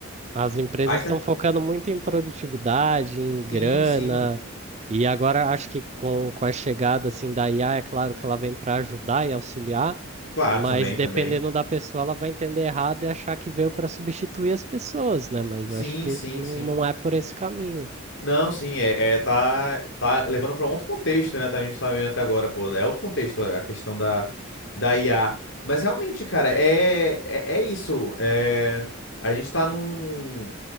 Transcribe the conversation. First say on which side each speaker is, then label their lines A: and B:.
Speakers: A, on the right (about 35°); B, on the left (about 60°).
A: As empresas
B: A gente
A: estão
B: tá.
A: focando muito em produtividade, em
B: Sim,
A: grana,
B: sim.
A: e agora acho que com, com a chegada, assim, da IA, é claro que ela vem para ajudar e auxiliar,
B: Claro,
A: mas
B: também,
A: dependendo
B: também.
A: da pessoa, ela vai entender errado e achar que veio para substituir as pessoas, né? Mas
B: Sim,
A: acho que
B: sim,
A: não,
B: sim.
A: não é por esse caminho.
B: Não, sim, é, é tá, tá levando para outro contexto, né? até A gente tá vendo até agora, pô, é outro contexto a questão da, da IA. Mas realmente, cara, é, é, é isso. É, a gente tá num